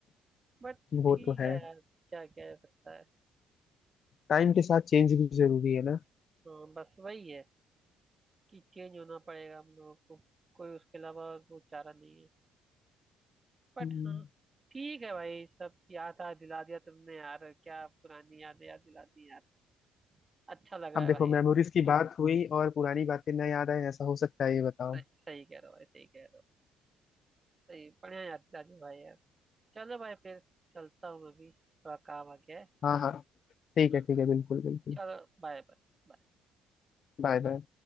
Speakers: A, on the right (about 30°); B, on the left (about 55°).
A: बट
B: वो
A: ठीक
B: तो है
A: है यार क्या किया जा सकता है
B: टाइम के साथ चेंज भी जरूरी है ना
A: हाँ बस वही है कि चेंज होना पड़ेगा हम लोगों को कोई उसके अलावा और वो चारा नहीं है बट
B: हम्म।
A: हाँ ठीक है भाई सब याद आ दिला दिया तुमने यार क्या पुरानी यादें याद दिला दी यार अच्छा लगा
B: अब
A: है
B: देखो
A: भाई यार
B: मेमोरीज की बात हुई और पुरानी बातें न याद आए ऐसा हो सकता है ये बताओ
A: सही सही कह रहे हो भाई सही कह रहे हो सही बढ़िया याद दिला दी भाई यार चलो भाई फिर चलता हूँ मैं भी थोड़ा काम आ गया है
B: हाँ हाँ
A: हाँ,
B: ठीक है ठीक है बिल्कुल बिल्कुल
A: चलो बाय बाय
B: Bye bye